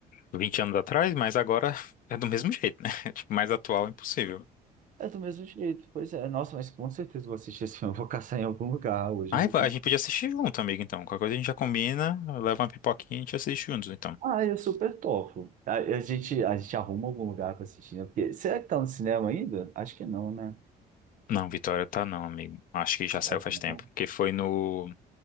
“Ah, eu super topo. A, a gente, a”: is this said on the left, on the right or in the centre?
Right